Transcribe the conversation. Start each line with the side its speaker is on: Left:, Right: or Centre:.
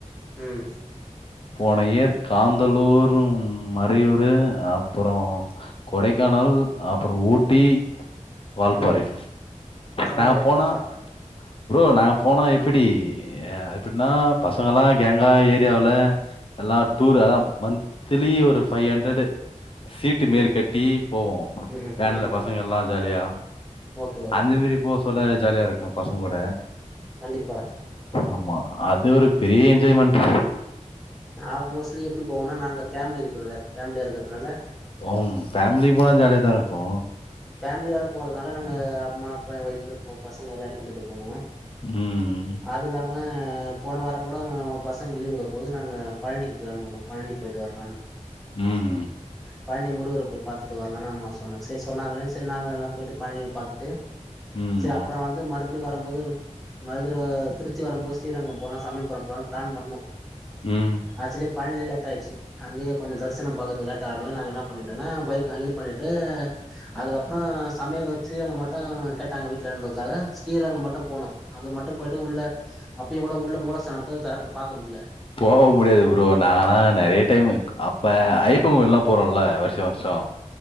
Centre: ம்
Left: போன யேர் காந்தலூரும் மறையூரு அப்பறோ கொடைக்கானல் அப்பற ஊட்டி வால்பாறை
Centre: ம் பரவாயில்லையே
Left: நாங்க போனோ
Centre: அப்பா
Left: ப்ரோ நாங்க
Centre: ம்
Left: போனா எப்பிடி ஏ அத் எப்பிட்ன்னா பசங்கள்லா கேங்கா ஏரியாவுல எல்லா டூரு அதா மந்திலி ஒரு ஃபை ஹண்ட்ரடு சீட்டு மேரி
Centre: ம்
Left: கட்டி போவோ
Centre: ம்
Left: வேன்ல
Centre: ம்
Left: பசங்க எல்லா ஜாலியா
Centre: ஓகே ஓகே
Left: அந்த
Centre: ஓகே
Left: மேரி போ சொல்ல ஜாலியா இருக்கு பசங்கூட
Centre: கண்டிப்பா
Left: ஆமா அது ஒரு பெரிய என்ஜாய்மெண்ட்
Centre: நா மோஸ்ட்லி எப்டி போவொன்னா நாங்க ஃபேமிலி ப்ரெதர் ஃபேம்லியா இருக்கற்துனால
Left: ம் ஃபேமிலி போனா ஜாலிய தா இருக்கு
Centre: ஃபேம்லியோட போறதுனால நாங்க அம்மா அப்பா ஏ ஒய்ஃபு ஒ பசங்க எல்லார்யு கூட்டிட்டு போனோ
Left: ம்
Centre: அது இல்லாம போன வாரங் கூடோ பசங்க லீவ் வுடம்போது நாங்க பழனிக்கு ப்ளான் பண்ணோ பழனி போய்ட்டு வரலான்
Left: ம்
Centre: பழனி முருகர போய் பாத்துட்டு வர்லானு அம்மா சொன்னாங்க செரி சொன்னாங்களே செரி நாங்கள எல்லா போய்ட்டு பழனி பாத்துட்டு
Left: ம்
Centre: சே அப்புற வந்து மறு பிடி வரும் போது மதுர திருச்சி வரும்போது ஸ்ரீரங்கம் போலா சமயபுரம் போலா ப்ளான் பண்ணோ
Left: ம்
Centre: ஆக்சலி பழனிலே லேட் ஆய்ட்ச்சு அங்கயே கொஞ்சு தரிசனம் பாக்கற்து லேட் ஆனால நாங்க என்ன பண்ணிட்டேன்னா பைக்கு இது பண்ணிட்டு அதுக்கப்றோ சமயபுர ஸ்ரீரங்கம் மட்டு கேட்டாங்க வீட்லன்ருதுக்காக ஸ்ரீரங்கம் மட்டு போனோ அது மட்டு போய்ட்டு உள்ள அப்பியு கூட உள்ள மூலஸ்தானத்த தெரக்கு பாக்க முடில
Left: போகவு முடியாது ப்ரோ நாலா நெறிய டைமு அப்ப ஐப்பங்கோய்லா போறோல்ல வருஷோ வருஷோ